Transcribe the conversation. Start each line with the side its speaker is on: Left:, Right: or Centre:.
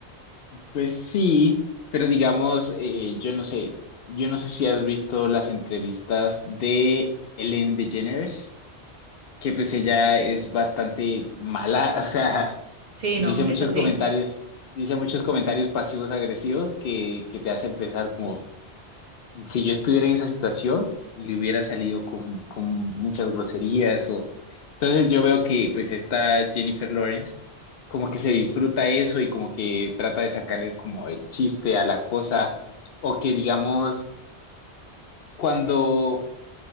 Left: Pues sí, pero digamos, eh, yo no sé, yo no sé si has visto las entrevistas de Ellen DeGeneres, que pues ella es bastante mala, <laughs> o sea,
Right: Sí,
Left: dice
Right: no,
Left: muchos
Right: es así.
Left: comentarios, dice muchos comentarios pasivos agresivos que, que te hacen pensar como, si yo estuviera en esa situación, le hubiera salido con, con muchas groserías o... Entonces yo veo que pues esta Jennifer Lawrence como que se disfruta eso y como que trata de sacarle como el chiste a la cosa o que digamos cuando,